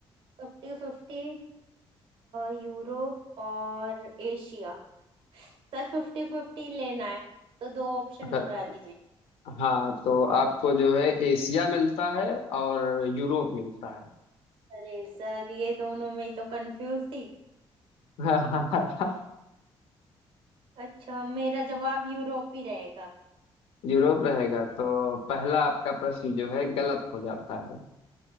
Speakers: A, on the right (about 65°); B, on the left (about 85°).
A: Fifty fifty यूरोप और एशिया सर फिफ्टी फिफ्टी लेना है तो दो ऑप्शन
B: अच्छा
A: उड़ा दीजिए
B: हाँ तो आपको जो है एशिया मिलता है और यूरोप मिलता है
A: अरे सर ये दोनों में ही तो कंफ्यूज थी
B: <laughs>
A: अच्छा मेरा जवाब यूरोप ही रहेगा
B: यूरोप रहेगा तो पहला
A: हाँ
B: आपका प्रश्न जो है गलत हो जाता है